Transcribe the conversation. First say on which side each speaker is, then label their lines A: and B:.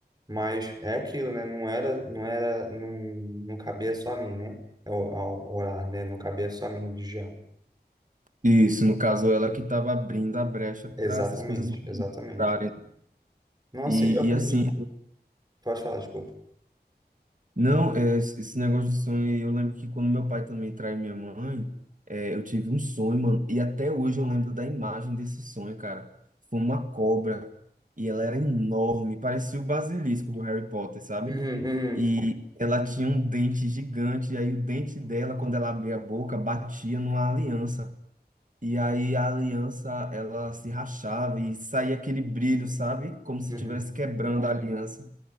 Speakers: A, on the right (about 25°); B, on the right (about 50°).
A: Mas é aquilo, né? Não era, não era, não, não cabia só a mim, né? Ao, ao orar, né? Não cabia só a mim vigiar.
B: Isso, no caso, ela que estava abrindo a brecha para
A: Exatamente,
B: essas coisas
A: exatamente.
B: entrarem.
A: Nossa,
B: E,
A: e eu aprendi.
B: e assim,
A: Pode falar, desculpa.
B: Não, é, esse esse negócio de sonho, aí, eu lembro que quando meu pai também traiu minha mãe, é, eu tive um sonho, mano, e até hoje eu lembro da imagem desse sonho, cara. Foi uma cobra, e ela era enorme, parecia o basilisco do Harry Potter, sabe?
A: Uhum, uhum,
B: E ela tinha um dente gigante, e aí o dente dela, quando ela abria a boca, batia numa aliança. E aí a aliança, ela se rachava e saía aquele brilho, sabe? Como se
A: uhum.
B: estivesse quebrando a aliança.